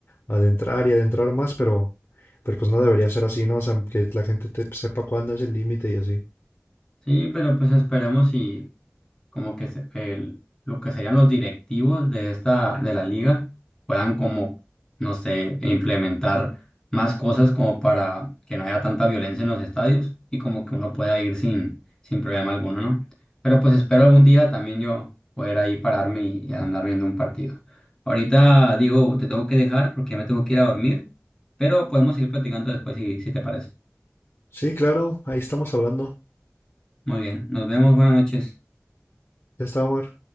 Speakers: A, on the left (about 55°); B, on the left (about 15°).
A: a adentrar y adentrar más, pero, pero pues no debería ser así, ¿no? O sea, que la gente te- sepa cuándo es el límite y así.
B: Sí, pero pues esperamos y... como que se- el, lo que serían los directivos de esta, de la liga, puedan como, no sé, implementar más cosas como para que no haya tanta violencia en los estadios y como que uno pueda ir sin, sin problema alguno, ¿no? Pero pues espero algún día también yo poder ahí pararme y, y andar viendo un partido. Ahorita, digo, te tengo que dejar porque ya me tengo que ir a dormir, pero podemos seguir platicando después si, si te parece.
A: Sí, claro, ahí estamos hablando.
B: Muy bien, nos vemos, buenas noches.
A: Ya está, Omar.